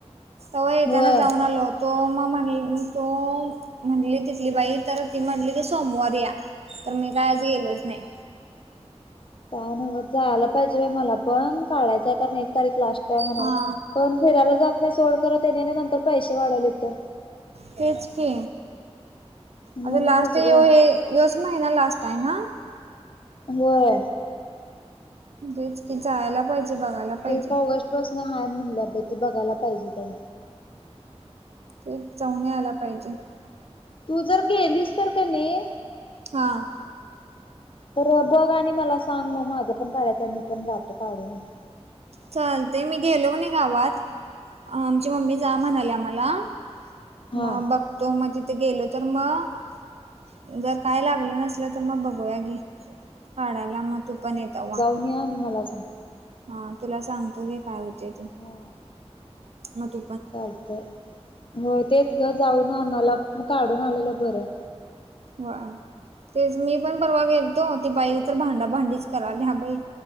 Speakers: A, on the right; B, on the left.
A: तवा येताना
B: होय
A: जाऊन आलो होत तो म म्हणली तो म्हणली तिथली बाई. तर ती म्हंटली की सोमवार या तर मी काय आज गेलोच नाही.
B: काव नव्हच जायला पाहिजे बा मला पण काढायचंय कारण एक तारीख लास्ट. काय म्हणाला?
A: हा
B: पण फिरायला जात नाही सोड खर त्यानी आणि नंतर पैशे वाढवलीत तर
A: तेच की आग
B: म्हणूनच
A: लास्ट ये
B: ग
A: व हे ह्योच महिना लास्ट हाय ना?
B: होय.
A: तेच की जायाला पाहिजे. बघायला पाहिजे
B: एक ऑगस्ट पासन हाय म्हणल्यात बई ते बघायला पाहिजे तर
A: ते जऊन यायला पाहिजे.
B: तू जर गेलीस तर क नई
A: हा.
B: तर बघ आणि मला सांग मग माझं पण काढायचं आहे मी पण जातो काढून येतो.
A: चालतय मी गेलो कणी गावात आमची मम्मी जा म्हणाल्या मला. मला
B: हा
A: मग बघतो मग तिथ गेलो तर मग जर काय लागलं नसल तर मग बघूया गे. काढायला मग तू पण ये तवा.
B: न्हे आणि मला सांग.
A: हा तुला सांगतो घे काय होतय ते.
B: हा.
A: म तु
B: चालतय होय तेच ग जाऊन आणाला मग काढून आलेलं बरं.
A: होय तेच मी पण परवा गेलतो ती बाई तर भांडाभांडीच कराल्या बाई.